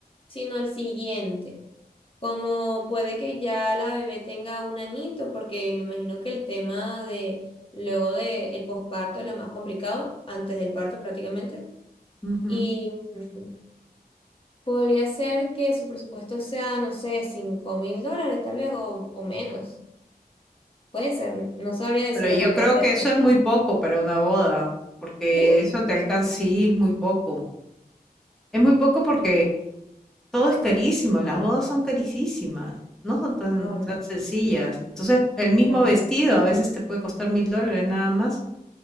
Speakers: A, on the left; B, in the centre.
A: sino el siguiente. Como puede que ya la bebé tenga un anito, porque me imagino que el tema de luego de el posparto es lo más complicado, antes del parto prácticamente.
B: ujú.
A: Y mm, podría ser que su presupuesto sea, no sé, cinco mil dólares tal vez o, o menos. Puede ser, no sabría decirlo
B: Pero yo
A: con
B: creo
A: todo el detalle.
B: que eso es muy poco para una boda, porque
A: ¿Sí?
B: eso te alcanza, sí, es muy poco. Es muy poco porque Todo es carísimo, las bodas son carísimas, no son tan
A: Ah, bueno,
B: tan sencillas. Entonces, el mismo
A: es verdad.
B: vestido a veces te puede costar mil dólares nada más,